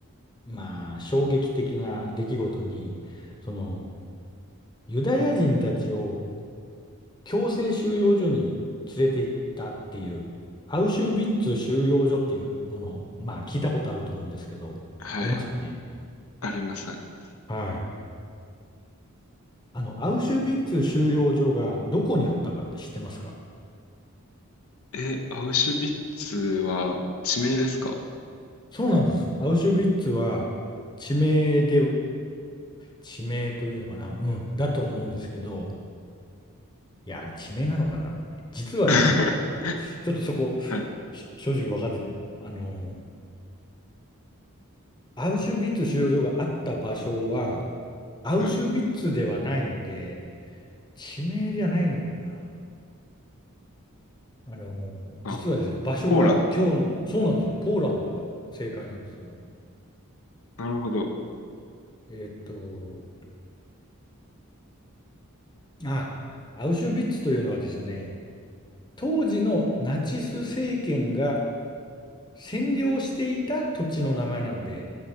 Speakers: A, on the left; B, on the left.
A: まあ、衝撃的な出来事に、その、ユダヤ人たちを強制収容所に連れて行ったっていう、アウシュビッツ収容所っていうのの、まあ、聞いたことあると思うんですけど、
B: はい。
A: ありますかね
B: あります、あります。
A: はい。あの、アウシュビッツ収容所がどこにあったかって知ってますか
B: え、アウシュビッツは地名ですか
A: そうなんです。アウシュビッツは地名で、地名というのかな、うん、だと思うんですけど、いや、あれ地名なのかな実はですね、
B: <laughs>
A: ちょっとそこ、
B: はい、
A: し正直分かってないな。あの、アウシュビッツ収容所があった場所は、アウシュビッツではないので、
B: はい。
A: 地名じゃないのかもな。あの、実はですね、
B: あ、
A: 場所が今日の、
B: ポーランド
A: そうなんですよ、ポーランドが正解なんですよ。
B: の。なるほど。
A: えーっと、あ、アウシュビッツというのはですね、当時のナチス政権が占領していた土地の名前なので、